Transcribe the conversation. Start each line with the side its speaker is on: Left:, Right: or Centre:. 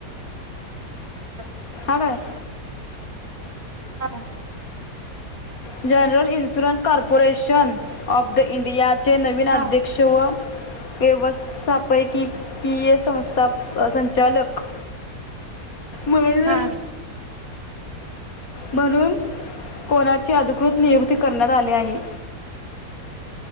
Right: अ
Left: ह बाय
Right: हा
Left: general insurance corporation of the India चे नवीन
Right: हा
Left: अध्यक्ष व व्यवथापकीकीय संस्था संचालक वळ
Right: हा
Left: म्हणून कोणाची अधिकृत नियुक्ती करण्यात आली आहे